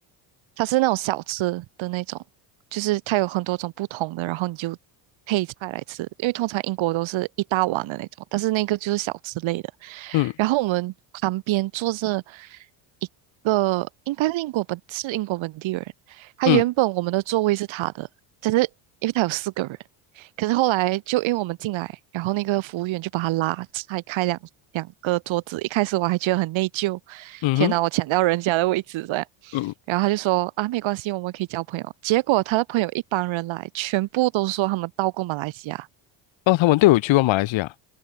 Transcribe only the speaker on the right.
它是那种小吃的那种，就是它有很多种不同的，然后你就配菜来吃。因为通常英国都是一大碗的那种，但是那个就是小吃类的。
然后我们旁边坐着一个，应该是英国本是英国本地人。他原本我们的座位是他的，
但是因为他有四个人。可是后来就因为我们进来，然后那个服务员就把他拉拆开两两个桌子。一开始我还觉得很内疚，
天哪，我抢到人家的位置这样。
然后他就说啊，没关系，我们可以交朋友。结果他的朋友一帮人来，全部都说他们到过马来西亚，